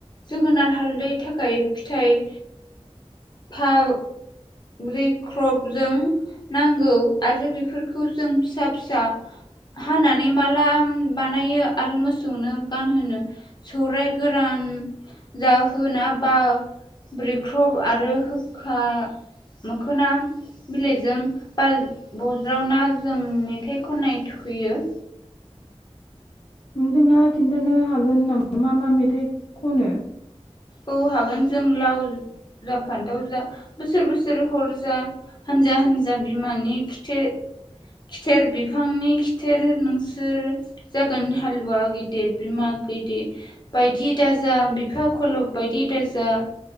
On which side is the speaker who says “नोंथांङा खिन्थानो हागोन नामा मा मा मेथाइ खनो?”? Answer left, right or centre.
Left